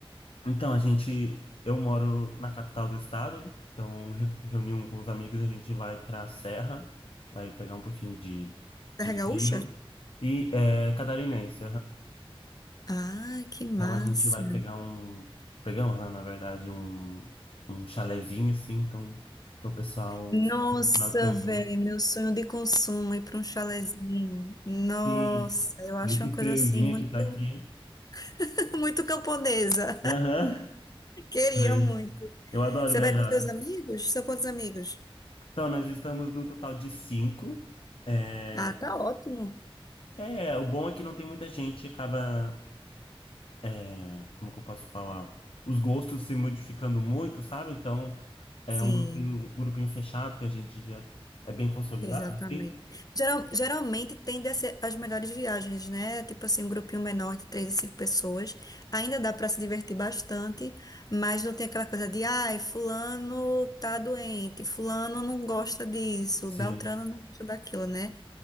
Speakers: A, on the left; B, on the left.
A: Então a gente, eu moro na capital do estado, então re- reuni um com os amigos e a gente vai para a serra, vai pegar um pouquinho de,
B: Serra
A: de frio
B: Gaúcha?
A: e é, catarinense,
B: Ah, que massa.
A: Então a gente vai pegar um. Pegamos, né, na verdade, um, um chalezinho assim, então, para o pessoal
B: Nossa,
A: ficar no final de semana.
B: velho, meu sonho de consumo é ir pra um chalezinho. Nossa,
A: E
B: eu acho
A: nesse
B: uma coisa
A: friozinho
B: assim muito,
A: que tá aqui.
B: <laughs> muito camponesa.
A: Aham.
B: Queria
A: Aí,
B: muito.
A: eu adoro
B: Você
A: viajar.
B: vai com seus amigos? São quantos amigos?
A: Então, nós estamos no total de cinco. É,
B: Ah, tá ótimo.
A: é, o bom é que não tem muita gente, acaba, é, como que eu posso falar? Os gostos se modificando muito, sabe? Então, é
B: Sim.
A: um grupinho, um grupinho fechado que a gente já é bem consolidado,
B: Exatamente.
A: assim.
B: Geral, geralmente tende a ser as melhores viagens, né? Tipo assim, um grupinho menor de três e cinco pessoas. Ainda dá para se divertir bastante, mas não tem aquela coisa de, ai, fulano tá doente, fulano não gosta disso,
A: Sim.
B: Beltrano não gosta daquilo, né?